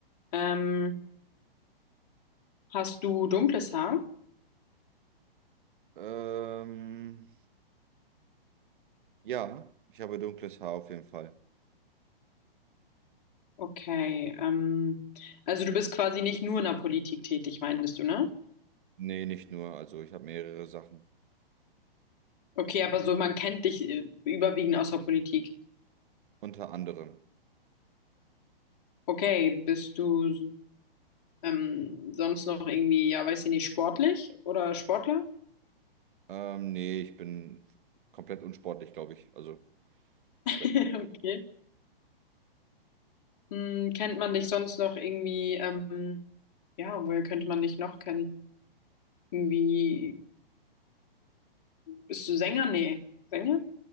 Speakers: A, on the left (about 40°); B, on the right (about 60°).
A: Ähm, hast du dunkles Haar?
B: Ähm, ja, ich habe dunkles Haar auf jeden Fall.
A: Okay. Ähm, also du bist quasi nicht nur in der Politik tätig, meintest du, ne?
B: Nee, nicht nur. Also ich habe mehrere Sachen.
A: Okay, aber so man kennt dich äh, überwiegend aus der Politik.
B: Unter anderem.
A: Okay, bist du ähm, sonst noch irgendwie, ja, weiß ich nicht, sportlich oder Sportler?
B: Ähm, nee, ich bin komplett unsportlich, glaube ich. Also,
A: <laughs>
B: da-
A: Okay. Hm, kennt man dich sonst noch irgendwie, ähm, ja, woher könnte man dich noch kennen? Irgendwie, bist du Sänger? Nee. Sänger?